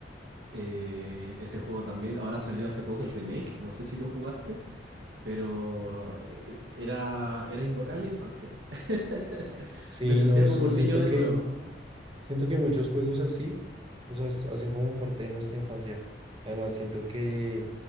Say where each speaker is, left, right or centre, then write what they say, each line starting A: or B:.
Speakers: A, on the right; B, on the right.
A: eh, ese juego también. Ahora salió hace poco el remake. No sé si lo jugaste, pero eh, era, era invocar la infancia. <laughs>
B: Sí,
A: Me sentía
B: no,
A: como
B: sí,
A: un
B: siento
A: niño de
B: que,
A: nuevo.
B: siento que muchos juegos así, o sea, s- hacen como parte de nuestra infancia. Además, siento que,